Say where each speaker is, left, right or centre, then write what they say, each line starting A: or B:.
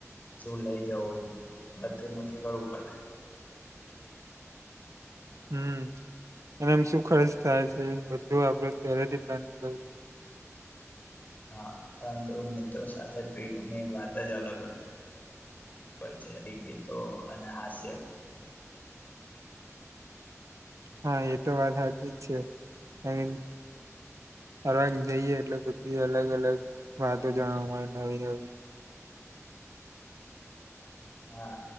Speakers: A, on the left (about 30°); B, on the right (about 70°).
A: શું લઈ જવું બધું નક્કી કરવું પડે.
B: હમ્મ. <unintelligible> શું ખર્ચ થાય છે બધું આપણે પહેલેથી પ્લાનિંગ કરવું
A: હા પરંતુ મિત્રો સાથે ટ્રીપની વાત જ અલગ હો હોય છે. ઈ ગીતો અને હાસ્ય.
B: હા એ તો વાત હાચી જ છે એમ. ફરવા જઈએ એટલે બધી અલગ-અલગ વાતો જાણવા મળે નવી-નવી.
A: હા